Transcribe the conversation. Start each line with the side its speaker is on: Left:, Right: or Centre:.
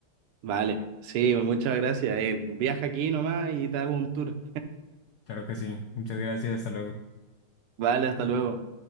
Right: Vale, sí, muchas gracias. Eh, viaja aquí nomás y te hago un tour.
Left: Claro que sí. Muchas gracias. Hasta luego.
Right: Vale, hasta luego.